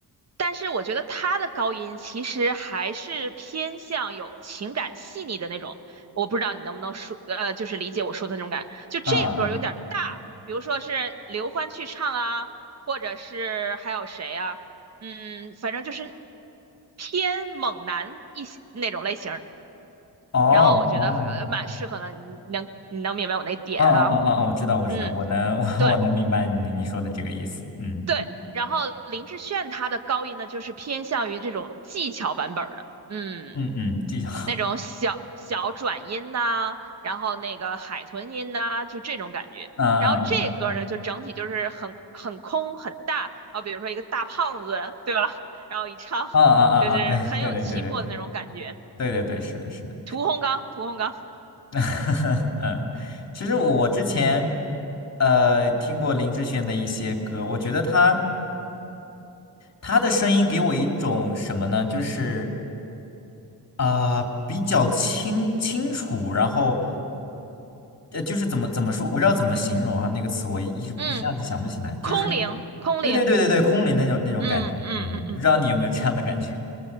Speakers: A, on the right; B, on the left.
A: 但是我觉得他的高音其实还是偏向有情感细腻的那种，我不知道你能不能说，呃，就是理解我说的那种感。就这歌有点大，
B: 嗯嗯嗯，
A: 比如说是刘欢去唱啊，或者是还有谁啊，嗯，反正就是偏猛男一些那种类型儿。
B: 哦哦，
A: 然后我觉得呃蛮适合的，你能你能明白我那点哈？
B: 嗯嗯嗯嗯，嗯我知道我知道，
A: 嗯，
B: 我能 <laughs> 我我能明白你你说的这个意思，
A: 对
B: 嗯
A: 对。然后林志炫他的高音呢，就是偏向于这种技巧版本儿的，嗯。
B: 嗯嗯，技巧，
A: 那种小小转音呐、然后那个海豚音呐、就这种感觉。
B: <laughs> 嗯嗯嗯嗯
A: 然后这歌呢，就整体就是很很空很大，然后比如说一个大胖子，对吧？<laughs> 然后一唱就是很有气魄的那种感觉。
B: 嗯嗯嗯嗯，对对对对对对对对对，是的是的。
A: 屠洪刚，屠洪刚，
B: <laughs> 嗯，其实我之前
A: 嗯
B: 呃听过林志炫的一些歌，我觉得他他的声音给我一种什么呢？就是啊、比较清清楚，然后呃，就是怎么怎么说，我不知道怎么形容哈、那个词我一一下子想不起来，
A: 嗯，
B: 就是
A: 空灵，空灵，
B: 对对对对对，空灵那种那种感觉，
A: 嗯嗯嗯嗯。
B: 嗯，不知道你有没有这样的感觉？